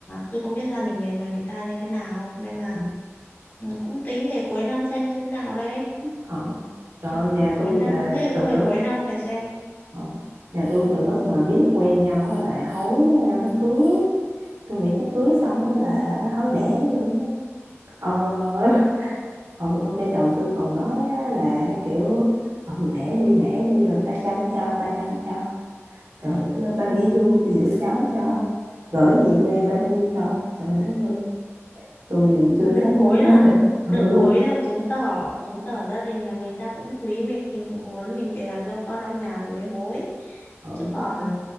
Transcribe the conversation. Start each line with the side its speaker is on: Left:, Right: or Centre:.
Left: tôi không biết gia đình người nhà người ta như thế nào nên là
Right: ừ.
Left: ừ, cũng tính để cuối năm xem như thế nào đấy
Right: Ờ. Trời ơi,
Left: à,
Right: nhà
Left: cuối
Right: tôi
Left: năm
Right: là
Left: thế
Right: từ
Left: cứ phải
Right: lúc
Left: cuối năm phải xem
Right: ờ, nhà tôi từ lúc mà biết quen nhau á là hối à, cưới tôi nghĩ chắc cưới xong á là hối đẻ luôn á ông ờ, <laughs>
Left: thật
Right: ông, ông cha chồng tôi còn nói á, là kiểu ừ đẻ đi đẻ đi rồi ba chăm cho ba chăm cho trời đất ơi ba
Left: ừ.
Right: nghỉ hưu ba giữ cháu cho gửi về quê ba nuôi cho trời đất ơi tôi
Left: <laughs>
Right: còn
Left: Tức
Right: chưa
Left: là được
Right: thấy
Left: hối
Right: gì hết
Left: là
Right: hết đây ừ
Left: được hối là chứng tỏ chứng tỏ gia đình nhà người ta cũng quý mình mình cũng muốn mình về làm dâu con trong nhà thì mới hối
Right: ừ
Left: chứ còn ừ,